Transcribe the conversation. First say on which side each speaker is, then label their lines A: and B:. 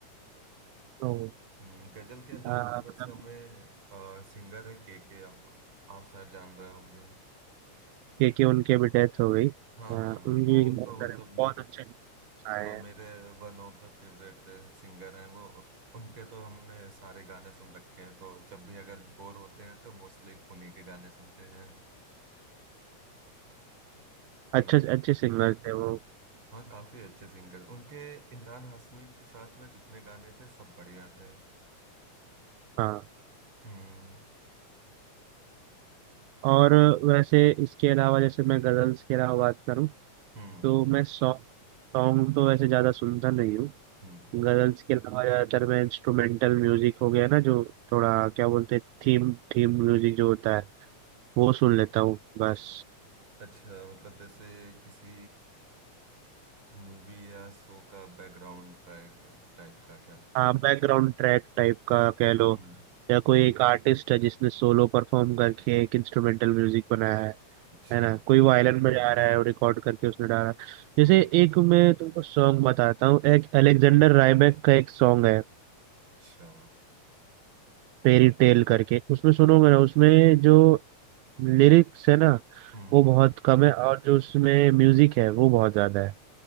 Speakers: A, on the right; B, on the right.
A: ओ,
B: हम्म, गजल के अलावा
A: आ,
B: वैसे
A: मतलब
B: हमें सिंगर है के के आप शायद जान रहे होंगे
A: के के उनके भी डेथ हो गई आ,
B: हाँ हाँ
A: उनकी
B: वो
A: भी बहुत
B: तो
A: तरह
B: मतलब
A: बहुत अच्छे आए
B: हाँ
A: हैं
B: मेरे one of the favourite singer हैं वो उनके तो हमने सारे गाने सुन रखे हैं तो जब भी अगर बोर होते हैं तो मोस्टली उन्हीं के गाने सुनते हैं हम्म,
A: अच्छे अच्छे सिंगर थे वो
B: हाँ काफी अच्छे सिंगर उनके इमरान हाशमी के साथ में जितने गाने थे सब बढ़िया थे
A: हाँ
B: हम्म
A: और वैसे इसके अलावा जैसे मैं गजल्स के अलावा बात करूँ
B: हम्म
A: तो मैं सॉन्ग सॉन्ग तो वैसे ज्यादा सुनता नहीं हूँ
B: हम्म
A: गजल्स के अलावा ज्यादातर मैं इंस्ट्रूमेंटल म्यूजिक हो गया ना जो थोड़ा क्या बोलते हैं थीम थीम म्यूजिक जो होता है वो सुन लेता हूँ बस
B: अच्छा मतलब जैसे किसी मूवी या शो का बैकग्राउंड ट्रैक टाइप का क्या
A: हाँ बैकग्राउंड ट्रैक टाइप का कह लो
B: हम्म
A: या कोई एक आर्टिस्ट है जिसने सोलो परफॉर्म करके एक इंस्ट्रूमेंटल म्यूजिक बनाया है
B: अच्छा
A: है ना कोई वायलिन बजा रहा है और रिकॉर्ड करके उसने डाला है।
B: हम्म
A: जैसे एक मैं तुमको सॉन्ग बताता हूँ एक अलेक्जेंडर रायबैक का एक सॉन्ग है
B: अच्छा
A: फेरी टेल करके उसमें सुनोगे ना उसमें जो लिरिक्स है ना
B: हम्म
A: वो बहुत कम है और जो उसमें म्यूजिक है वो बहुत ज्यादा है